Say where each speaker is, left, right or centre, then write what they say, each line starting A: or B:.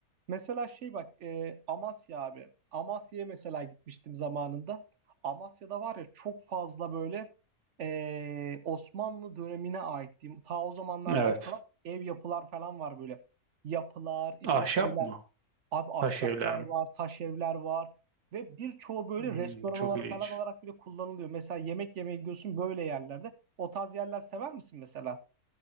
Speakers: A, on the right; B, on the right.
A: Mesela şey bak e, Amasya abi. Amasya'ya mesela gitmiştim zamanında. Amasya'da var ya çok fazla böyle e, Osmanlı dönemine ait diyeyim. Ta o zamanlardan
B: Evet.
A: kalan ev yapılar falan var böyle. Yapılar işte
B: Ahşap
A: şeyler.
B: mı?
A: Abi ahşaplar
B: Taş evler mi?
A: var, taş evler var. Ve birçoğu böyle
B: Hmm,
A: restoran
B: çok
A: olarak
B: ilginç.
A: falan olarak bile kullanılıyor. Mesela yemek yemeye gidiyorsun böyle yerlerde. O tarz yerler sever misin mesela?